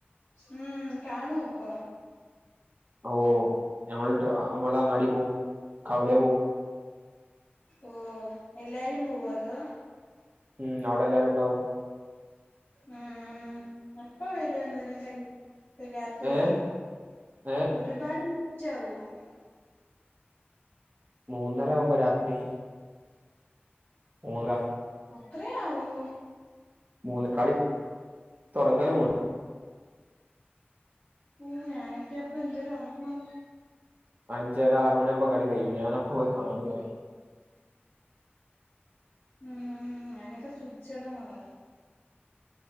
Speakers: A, on the left; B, on the right.
A: മ്മ് കാണു അപ്പൊ?
B: ഓ ഞമ്മൾ നമ്മളങ്ങാടി പോഉം കവലേ പോവും.
A: ഓ എല്ലാരും പോവ അതോ?
B: മ്മ് അവടെ എല്ലാരും ഉണ്ടാവും.
A: ആഹ് എപ്പ വരു അന്നേര കളി രാത്രിയാവു
B: ഏ ഏ
A: ഒരുപാട് റ്റാവോ? <inaudible>
B: മൂന്നരാഉമ്പൊ രാത്രി മൂന്നാര-
A: അത്രേയാവോ?
B: മൂന്ന് കളി തൊടങ്ങല് മൂന്ന്
A: ഓഹ് ഞാനൊക്ക്യപ്പൊ ന്തൊരു ഒറപ്പം
B: അഞ്ചരാ റുമണിയാവുമ്പോ കളി കയ്യും ഞാനപോയി കാണും
A: മ്മ് ഞനൊക്കെ സുച്ചടന്നൊറങ്ങും-